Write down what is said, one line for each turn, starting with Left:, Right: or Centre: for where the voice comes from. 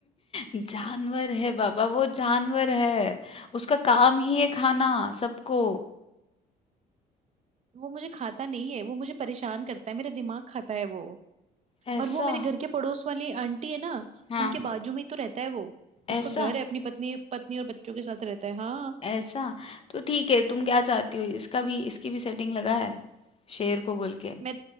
Left: जानवर है बाबा वो जानवर है उसका काम ही है खाना सबको
Right: वो मुझे खाता नहीं है वो मुझे परेशान करता है मेरा दिमाग खाता है वो
Left: ऐसा
Right: और वो मेरे घर के पड़ोस वाली आंटी है ना
Left: हाँ
Right: उनके बाजू में ही तो रहता है वो
Left: ऐसा
Right: उसका घर है अपनी पत्नी पत्नी और बच्चों के साथ रहता है हाँ
Left: ऐसा तो ठीक है
Right: हाँ
Left: तुम क्या चाहती हो इसका भी इसकी भी सेटिंग लगा है शेर को बोल के
Right: मैं